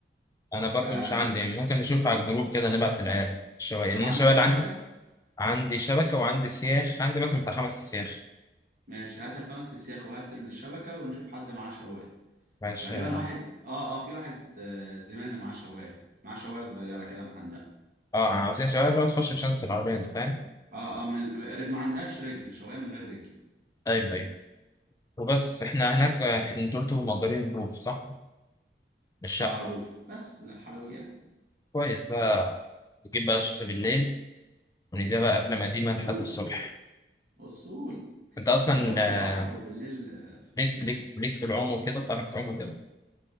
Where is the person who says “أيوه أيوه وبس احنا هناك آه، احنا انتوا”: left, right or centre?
Left